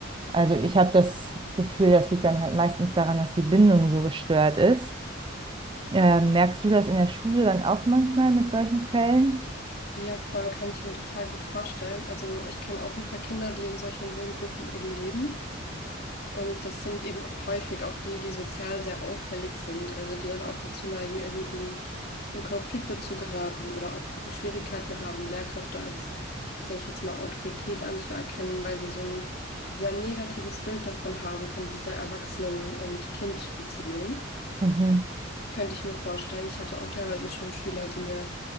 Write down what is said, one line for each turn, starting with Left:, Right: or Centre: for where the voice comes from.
Right: Also ich habe das Gefühl, das liegt dann halt meistens daran, dass die Bindung so gestört ist. Ähm, merkst du das in der Schule dann auch manchmal mit solchen Fällen?
Left: Ja, voll kann ich mir total gut vorstellen. Also ich kenne auch ein paar Kinder, die in solchen Wohngruppen eben leben. Und das sind eben häufig auch die, die sozial sehr auffällig sind, also die dann auch dazu neigen, irgendwie in Konflikte zu geraten oder auch Schwierigkeiten haben, Lehrkräfte als, sage ich jetzt mal, Autorität anzuerkennen, weil sie so ein sehr negatives Bild davon haben, von dieser Erwachsenen- und Kind-Beziehung.
Right: Mhm.
Left: Könnte ich mir vorstellen. Ich hatte auch teilweise schon Schüler, die mir